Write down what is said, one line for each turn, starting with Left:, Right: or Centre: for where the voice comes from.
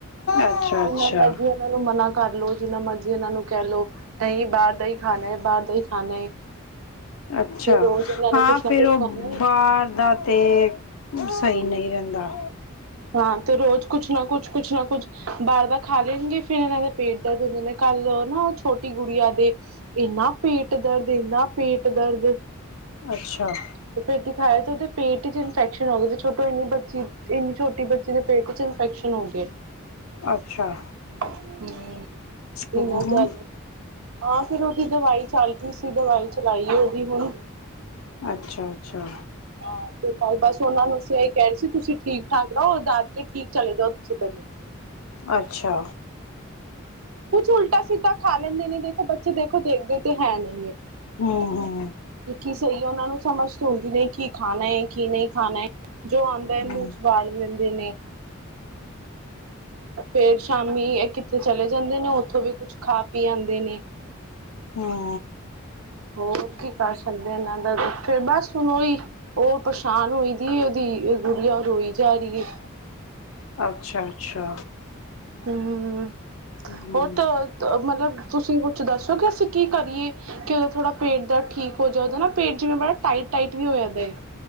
Left: ਅੱਛਾ
Right: ਜਿੰਨਾ
Left: ਅੱਛਾ
Right: ਮਰਜੀ ਉਹਨਾ ਨੂੰ ਮਨਾ। ਕਰ ਲਓ ਜਿੰਨਾ ਮਰਜ਼ੀ ਇਹਨਾਂ ਨੂੰ ਕਹਿ ਲਓ ਨਹੀਂ ਬਾਹਰ ਦਾ ਹੀ ਖਾਣਾ ਹੈ ਬਾਹਰ ਦਾ ਹੀ ਖਾਣਾ ਹੈ।
Left: ਅੱਛਾ
Right: ਤੇ ਰੋਜ਼ ਇਹਨਾਂ ਨੇ
Left: ਹਾਂ
Right: ਕੁਛ ਨਾ
Left: ਫਿਰ
Right: ਕੁਛ
Left: ਉਹ
Right: ਖਾਣਾ ਹੈ
Left: ਬਾਹਰ ਦਾ ਤੇ ਸਹੀ ਨਹੀਂ ਰਹਿੰਦਾ।
Right: ਹਾਂ ਤੇ ਰੋਜ਼ ਕੁਛ ਨਾ ਕੁਛ ਕੁਛ ਨਾ ਕੁਛ ਬਾਹਰ ਦਾ ਖਾ ਲੈਣਗੇ ਫਿਰ ਇਹਨਾਂ ਦੇ ਪੇਟ ਦਰਦ ਹੁੰਦੇ ਨੇ ਕੱਲ ਨਾ ਉਹ ਛੋਟੀ ਗੁੜੀਆਂ ਦੇ। ਇੰਨਾ ਪੇਟ ਦਰਦ ਇੰਨਾ ਪੇਟ ਦਰਦ।
Left: ਅੱਛਾ
Right: ਤੇ ਫੇਰ ਦਿਖਾਏ ਤੇ ਉਹਦੇ ਪੇਟ ਚ ਇਨਫੈਕਸ਼ਨ ਹੋ ਗਈ ਤੇ ਛੋਟੀ ਇੰਨੀ ਬੱਚੀ ਉਹ। ਇੰਨੀ ਛੋਟੀ ਬੱਚੀ ਦੇ ਪੇਟ ਚ ਇਨਫੈਕਸ਼ਨ ਹੋ ਗਏ
Left: ਅੱਛਾ
Right: ਹਮ
Left: ਹਮ
Right: ਇਨਾ ਜ਼ਿਆਦਾ
Left: ਹਮ
Right: ਹਾਂ ਫਿਰ ਉਹਦੀ ਦਵਾਈ ਚੱਲ ਰਹੀ ਸੀ ਦਵਾਈ ਚਲਾਈ ਉਹਦੀ ਹੁਣ
Left: ਅੱਛਾ ਅੱਛਾ
Right: ਹਾਂ ਤੇ ਕੱਲ ਬਸ ਉਹਨਾਂ ਨੂੰ ਅਸੀਂ ਕਹਿ ਰਹੇ ਸੀ ਤੁਸੀਂ ਠੀਕ ਠਾਕ ਰਹੋ ਦਾਦਕੇ ਠੀਕ ਚਲੇ ਜਾਓ ਤੁਸੀਂ ਪਹਿਲੇ
Left: ਅੱਛਾ
Right: ਕੁਛ ਉਲਟਾ ਸਿੱਧਾ ਖਾ ਲੈਂਦੇ ਨੇ ਦੇਖੋ ਬੱਚੇ ਦੇਖੋ ਦੇਖਦੇ ਤੇ ਹੈ ਨਹੀਂ ਹੈ
Left: ਹਮ ਹਮ
Right: ਕਿ ਕੀ ਸਹੀ ਹੈ ਉਹਨਾਂ ਨੂੰ ਸਮਝ ਤਲਦੀ ਨੇ ਕੀ ਖਾਣਾ ਹੈਏ ਕੀ ਨਹੀਂ ਖਾਣਾ ਜੋ ਆਉਂਦਾ ਹੈ
Left: ਹੂੰ
Right: ਮੂੰਹ ਚ ਵਾੜ ਲੈਂਦੇ ਨੇ ਫੇਰ ਸ਼ਾਮੀ ਕਿੱਥੇ ਚਲੇ ਜਾਂਦੇ ਨੇ ਉੱਥੋਂ ਵੀ ਕੁੱਝ ਖਾ ਪੀ ਆਉਂਦੇ ਨੇ
Left: ਹੂੰ
Right: ਹੋਰ ਕੀ ਕਰ ਸਕਦੇ ਇਹਨਾਂ ਦਾ ਫ਼ਿਰ ਬਸ ਹੁਣ ਉਹੀ ਉਹ ਪਰੇਸ਼ਾਨ ਹੋਈ ਦੀ ਉਹਦੀ ਗੁੜੀਆ ਉਹ ਰੋਈ ਜਾ ਰਹੀ ਹੈ <inaudible>
Left: ਅੱਛਾ ਅੱਛਾ
Right: ਹਮ
Left: ਹੂੰ
Right: ਹੋਰ ਤਾਂ ਮਤਲਬ ਤੁਸੀਂ ਕੁਛ ਦੱਸੋ ਕਿ ਅਸੀਂ ਕੀ ਕਰੀਏ ਕਿ ਉਹਦਾ ਥੋੜ੍ਹਾ ਪੇਟ ਦਰਦ ਠੀਕ ਹੋ ਜਾਦਾ ਨਾ ਪੇਟ ਜਿਵੇਂ ਬੜਾ ਟਾਈਟ ਟਾਈਟ ਵੀ ਹੋ ਜਾਂਦਾ ਏ